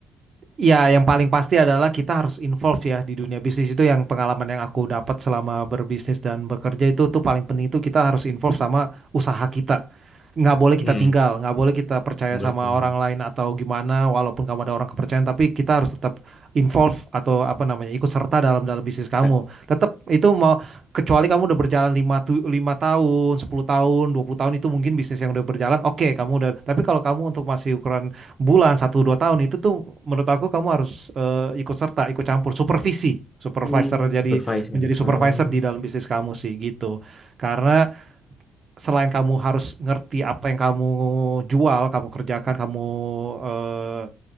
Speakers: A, on the right; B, on the left.
A: Ya, yang paling pasti adalah kita harus involve ya di dunia bisnis itu yang pengalaman yang aku dapat selama berbisnis dan bekerja itu tuh paling penting itu kita harus involve sama usaha kita. Nggak boleh kita
B: hmm.
A: tinggal, nggak boleh kita percaya
B: 15
A: sama
B: triliun.
A: orang lain atau gimana walaupun kamu ada orang kepercayaan tapi kita harus tetap involve atau apa namanya ikut serta dalam dalam bisnis kamu.
B: Kak.
A: Tetap itu mau kecuali kamu udah berjalan 5 lima tahun, 10 tahun, 20 tahun itu mungkin bisnis yang udah berjalan, oke kamu udah. Tapi kalau kamu untuk masih ukuran bulan satu dua tahun itu tuh menurut aku kamu harus eh, ikut serta ikut campur supervisi supervisor
B: Hmm,
A: jadi
B: supervise
A: menjadi
B: ya.
A: supervisor
B: Hmm.
A: di dalam bisnis kamu sih gitu karena selain kamu harus ngerti apa yang kamu jual kamu kerjakan kamu eh,